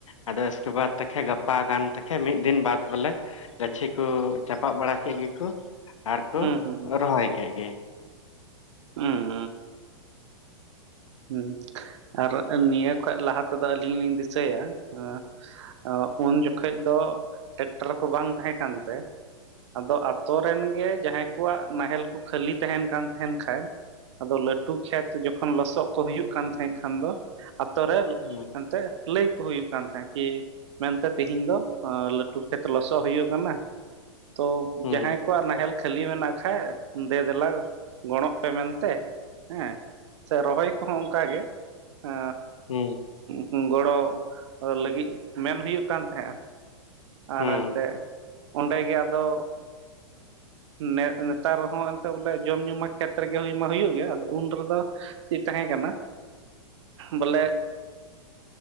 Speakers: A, on the left; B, on the right.
A: ᱟᱫᱚ ᱩᱥᱠᱮ ᱵᱟᱫᱽ ᱛᱮᱠᱷᱮ ᱜᱟᱯᱟ ᱜᱟᱱ ᱛᱠᱷᱮ ᱢᱤᱫ ᱫᱤᱱ ᱵᱟᱫᱽ ᱵᱚᱞᱮ ᱜᱟᱹᱪᱷᱤ ᱠᱚ ᱪᱟᱯᱟᱫ ᱵᱟᱲᱟ ᱠᱮᱫ ᱜᱮᱠᱚ ᱟᱨ ᱠᱚ
B: ᱦᱩᱸ ᱦᱩᱸ
A: ᱨᱚᱦᱚᱭ ᱠᱮᱜ ᱜᱮ᱾
B: ᱩᱸ᱾ ᱦᱩᱸ ᱟᱨ ᱱᱤᱭᱟᱹ ᱠᱷᱟᱡ ᱞᱟᱦᱟ ᱛᱮᱫᱚ ᱟᱹᱞᱤᱧ ᱞᱤᱧ ᱫᱤᱥᱟᱹᱭᱟ ᱮᱸᱜ ᱩᱱ ᱡᱚᱠᱷᱚᱡ ᱫᱚ ᱴᱮᱠᱴᱟᱨ ᱠᱚ ᱵᱟᱝ ᱛᱟᱦᱮᱸ ᱠᱟᱱᱛᱮ, ᱟᱫᱚ ᱟᱛᱳ ᱨᱮᱱ ᱜᱮ ᱡᱟᱦᱟᱸᱭ ᱠᱚᱣᱟᱜ ᱱᱟᱸᱦᱮᱞ ᱠᱚ ᱠᱷᱟᱹᱞᱤ ᱛᱟᱦᱮᱸᱱ ᱠᱟᱱ ᱛᱟᱦᱮᱸᱱ ᱠᱷᱟᱱ ᱟᱫᱚ ᱞᱟᱹᱴᱩ ᱠᱷᱮᱛ ᱡᱚᱠᱷᱚᱱ ᱞᱚᱥᱚᱫ ᱠᱚ ᱦᱩᱭᱩᱜ ᱠᱟᱱ ᱛᱟᱦᱮᱸ ᱠᱷᱟᱱ ᱫᱚ ᱟᱛᱳ ᱨᱮ
A: ᱦᱩᱸ
B: ᱮᱱᱛᱮᱜ, ᱞᱟᱹᱭ ᱠᱚ ᱦᱩᱭᱩᱜ ᱠᱟᱱ ᱛᱟᱦᱮᱸᱫ ᱠᱤ ᱢᱮᱱᱛᱮ ᱛᱮᱦᱮᱧ ᱫᱚ ᱞᱟᱹᱴᱩ ᱠᱷᱮᱛ ᱞᱚᱥᱚᱫ ᱦᱩᱭᱩᱜ ᱠᱟᱱᱟ᱾ ᱛᱚ
A: ᱦᱩᱸ
B: ᱡᱟᱦᱟᱸᱭ ᱠᱚᱣᱟᱜ ᱱᱟᱦᱮᱞ ᱠᱷᱟᱹᱞᱤ ᱢᱮᱱᱟᱜ ᱠᱷᱟᱱᱡ ᱫᱮ ᱫᱮᱞᱟ ᱜᱚᱲᱚᱜ ᱯᱮ ᱢᱮᱱᱛᱮ ᱦᱮᱸ᱾ ᱥᱮ ᱨᱚᱦᱚᱭ ᱠᱚᱦᱚᱸ ᱚᱱᱠᱟᱜᱮ ᱦᱟᱹ
A: ᱦᱩᱸ
B: ᱦᱩᱸ ᱜᱚᱲᱚ ᱞᱟᱹᱜᱤᱫ ᱢᱮᱱ ᱦᱩᱭᱩᱜ ᱠᱟᱱ ᱛᱟᱦᱮᱸᱜᱼᱟ ᱟᱨ
A: ᱦᱩᱸ
B: ᱮᱱᱛᱮ ᱚᱸᱰᱮ ᱜᱮ ᱟᱫᱚ ᱱᱮ ᱱᱮᱛᱟᱨᱦᱚᱸ ᱮᱱᱛᱮ ᱵᱚᱞᱮ ᱡᱚᱢ ᱧᱩ ᱢᱟ ᱠᱷᱮᱛᱨᱮᱜᱮ ᱦᱩᱭ ᱢᱟ ᱦᱩᱭᱩᱜ ᱜᱮᱭᱟ ᱟᱫᱚ ᱩᱱ ᱨᱮᱫᱚ ᱪᱮᱫ ᱛᱟᱦᱮᱸ ᱠᱟᱱᱟ ᱵᱚᱞᱮ